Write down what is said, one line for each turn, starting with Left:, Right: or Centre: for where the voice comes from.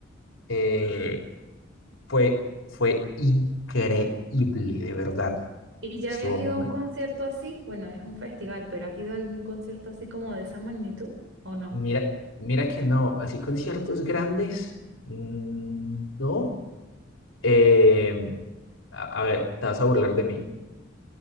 Left: Eh, fue, fue increíble, de verdad.
Right: ¿Y ya
Left: Estuvo
Right: habías ido
Left: muy
Right: a
Left: bueno.
Right: un concierto así? Bueno, es un festival, pero ¿has ido a algún concierto así como de esa magnitud o no?
Left: Mira, mira que no, así conciertos grandes, mm, no. Eh, a, a ver, te vas a burlar de mí.